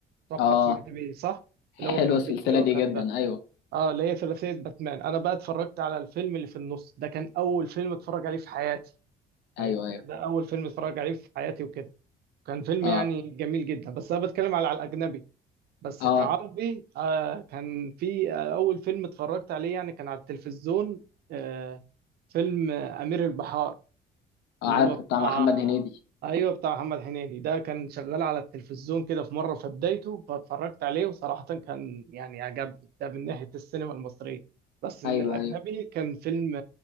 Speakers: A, on the right (about 65°); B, on the left (about 85°).
A: اتوقع
B: اه
A: سمعت بيه صح
B: حلوه
A: اللي هو كان
B: السلسله
A: فيه الجوكر
B: دي جدا
A: ده
B: ايوه
A: اه اللي هي ثلاثيه باتمان انا بقى اتفرجت على الفيلم اللي في النص ده كان اول فيلم اتفرج عليه في حياتي يعني
B: ايوه
A: تخيل
B: ايوه
A: ده اول فيلم اتفرج عليه في حياتي وكده كان فيلم
B: اه
A: يعني جميل جدا بس انا بتكلم على على الاجنبي بس
B: اه
A: كعربي آه كان في آه أول فيلم اتفرجت عليه يعني كان على التلفزيون آه فيلم آه، أمير البحار
B: آه،
A: اللي
B: عارفه
A: هو بتاع
B: بتاع محمد هنيدي
A: ايوه بتاع محمد هنيدي ده كان شغال على التلفزيون كده في مره في بدايته فاتفرجت عليه وصراحه كان يعني عجبني ده من ناحيه السينما المصريه بس من
B: ايوه
A: الاجنبي
B: ايوه
A: كان فيلم